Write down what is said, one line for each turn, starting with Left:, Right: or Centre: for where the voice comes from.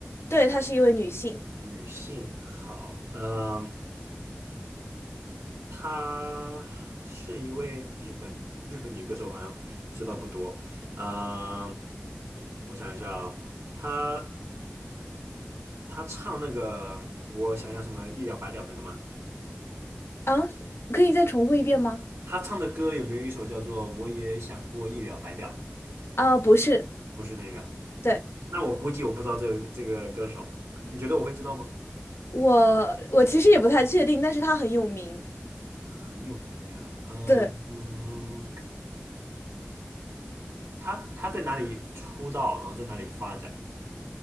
Left: 对，她是一位女性，
Right: 女性，好，嗯、呃她是一位日本的日本女歌手，好像知道不多，嗯、我想一下哦，她。他唱那个我想要什么一了百了那个吗？
Left: 啊，可以再重复一遍吗？
Right: 他唱的歌有没有一首叫做《我也想过一了百了》？
Left: 啊，不是，
Right: 不是那个，
Left: 对，
Right: 那我估计我不知道这个这个歌手，你觉得我会知道吗？
Left: 我，我其实也不太确定，但是她很有名，
Right: 他很有名啊，嗯嗯，
Left: 对。
Right: 他他在哪里出道，然后在哪里发展？